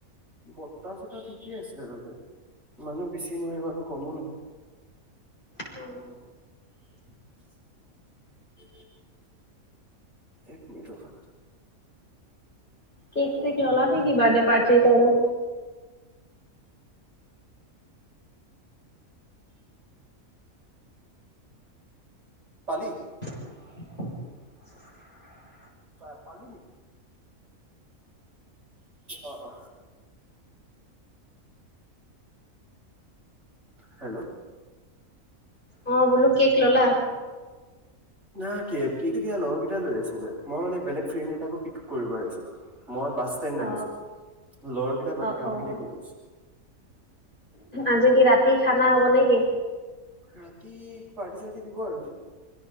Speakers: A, on the right (about 55°); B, on the left (about 35°).
A: বতাহ -চতাহ ঠিকে আছে আৰু মানে ইমানো বেছিও নহয় ইমানো কমো নহয়
B: অহ।
A: উ <unintelligible> এক মিনিট ৰখা।
B: কেক চেক ললা নেকি বাৰ্থডে পাৰ্টিৰ কাৰণে
A: পালি?
B: <inaudible>
A: পা পালোঁ অ, অ। হেল্ল'।
B: অ বোলো কেক ল'লা?
A: না কেক লগৰ কেইটাই লৈ আছেগৈ মই মানে বেলেগ ফ্ৰেণ্ড এটাকো পিক আপ কৰিব আহিছোঁ। মই বাছ ষ্টেণ্ড
B: অ
A: আহিছোঁ। ল'ৰাকেইটাই বাকী
B: অ
A: কাম
B: অ
A: খিনি কৰি আছে।
B: আজি কি ৰাতি খানা হব নে কি?
A: ৰাতি পাৰ্টি চাৰ্টি দিব আৰুি